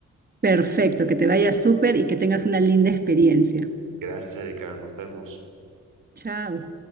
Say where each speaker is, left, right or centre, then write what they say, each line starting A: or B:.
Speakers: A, on the right; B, on the right.
A: Perfecto, que te vaya súper y que tengas una linda experiencia.
B: Gracias, Erika. Nos vemos.
A: Chao.